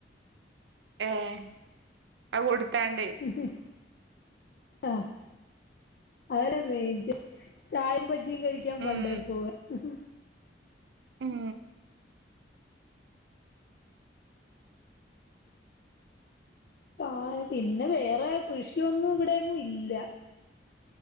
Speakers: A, on the right; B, on the left.
A: ഏഹ് അ്കൊടുത്താണ്ടേ.
B: ഹ്ംഹ്ം ആഹ് അതോലെ മേചാ ചായയും ബജ്ജിയും കഴിക്കാൻ
A: ഉം
B: ബണ്ടേ പോക മ്ഹ്
A: ഉം.
B: പാ പിന്നെ വേറെ കൃഷിയൊന്നും ഇവിടെങ്ങും ഇല്ല.